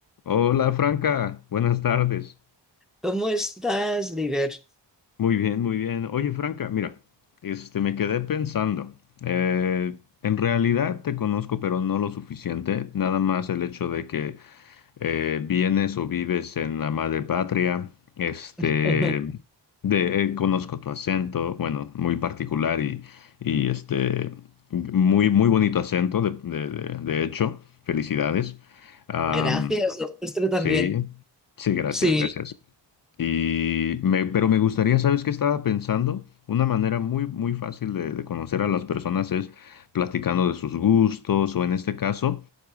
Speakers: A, on the left; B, in the centre.
A: Hola Franca, buenas tardes.
B: ¿Cómo estás, líder?
A: Muy bien, muy bien. Oye Franca, mira, este me quedé pensando. eh, en realidad te conozco, pero no lo suficiente. Nada más el hecho de que eh, vienes o vives en la madre patria. Este,
B: <laughs>
A: de, eh, conozco tu acento, bueno, muy particular y, y este, muy, muy bonito acento, de, de- de- de hecho. Felicidades. Am,
B: Gracias, el
A: sí,
B: también.
A: sí, gracias,
B: Sí.
A: gracias. Y me, pero me gustaría, ¿sabes qué estaba pensando? Una manera muy, muy fácil de, de conocer a las personas es platicando de sus gustos o en este caso,